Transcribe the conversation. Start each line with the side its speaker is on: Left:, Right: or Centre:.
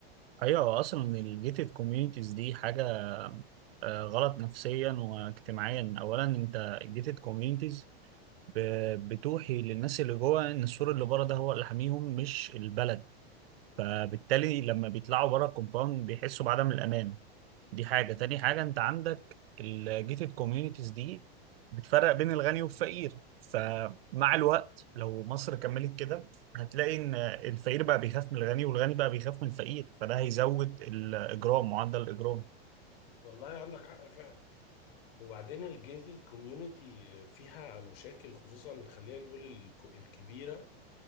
Right: أيوه أصلا الجيتد كوميونيتيز دي حاجة آه، غلط نفسيا واجتماعيا أولا أنت الجيتد كوميونيتيز ب- بتوحي للناس اللي جوه ان السور اللي بره ده هو اللي حاميهم مش البلد فبالتالي لما بيطلعوا بره الكومباوند بيحسوا بعدم الامان دي حاجه تاني حاجه انت عندك الجيتد كوميونيتيز دي بتفرق بين الغني والفقير فمع الوقت لو مصر كملت كده هتلاقي ان الفقير بقى بيخاف من الغني والغني بقى بيخاف من الفقير فده هيزود الاجرام معدل الاجرام
Left: والله عندك حق فعلا وبعدين الجيتد كوميونيتي فيها مشاكل خصوصا خلينا نقول الك- الكبيرة